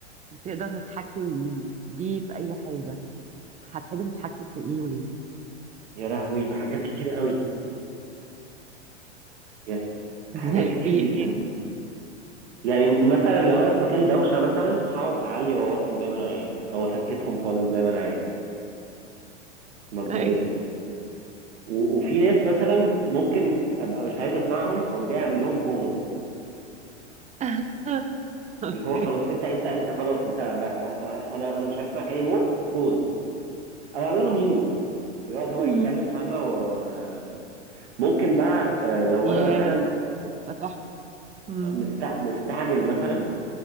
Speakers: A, on the right; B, on the right.
A: تقدر تتحكم بيه في اي حاجة هتحب تتحكم في ايه وليه
B: يا لهوي ده حاجات كتير قوي يا
A: <laughs>
B: حاجات
A: زي
B: كتير
A: ايه
B: جدا يعني مثلا لو انا في مكان دوشه مثلا هقعد اعلي واوطي زي ما انا عايز او اسكتهم خالص زي ما انا عايز مبدئيا
A: اي
B: و- وفي ناس مثلا
A: مم.
B: ممكن ابقى مش عايز اسمعهم اقوم جاي اعمل لهم بوز
A: <laughs> اوكي
B: اللي هو خلاص انت انت انت خلاص انت ما- انا انا مش عايز اسمعك اني مور بوز او اعمل له ميوت يقعد هو
A: مم.
B: يتكلم فاهمه و- ممكن بقى آه، لو
A: يا
B: انا مثلا
A: ده تحفة مم.
B: مست- مستعجل مثلا